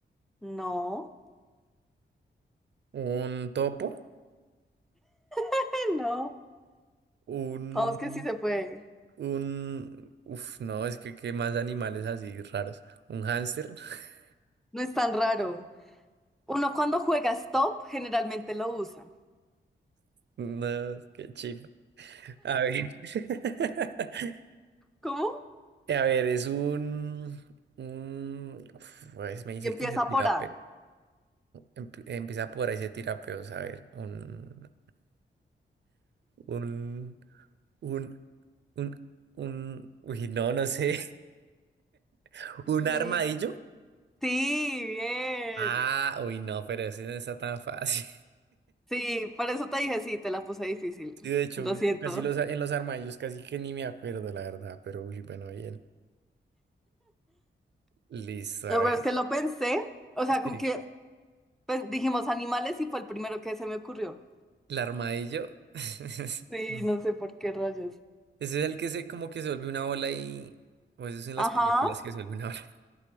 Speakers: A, in the centre; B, on the right.
A: No.
B: Un topo.
A: <laughs> No.
B: Un.
A: Vamos que sí se puede.
B: Un. Uf, no, es que qué más animales así raros. Un hámster. <laughs>
A: No es tan raro. Uno cuando juega stop generalmente lo usa.
B: No, qué chip. A ver. <laughs>
A: ¿Cómo?
B: A ver, es un. un uf, pues me dice
A: Y empieza
B: que se tira.
A: por A.
B: em- Empieza por ahí, se tira peos, a ver, un, un, un, un, un, uy, no, no sé, <laughs> un
A: Y-
B: armadillo.
A: Sí, bien.
B: Ah, uy, no, pero ese no está tan fácil. <laughs>
A: Sí, por eso te dije, sí, te la puse difícil.
B: Sí, de hecho,
A: Lo siento.
B: casi los, en los armadillos casi que ni me acuerdo, la verdad, pero uy, bueno, bien. Listo, a
A: No,
B: ver.
A: pero es que lo pensé. O sea,
B: Sí,
A: con que pues, dijimos animales y fue el primero que se me ocurrió.
B: el armadillo. <laughs>
A: Sí, no sé por qué rayos.
B: Ese es el que se como que se vuelve una bola y... O eso es en las
A: Ajá.
B: películas que se vuelve una bola. <laughs>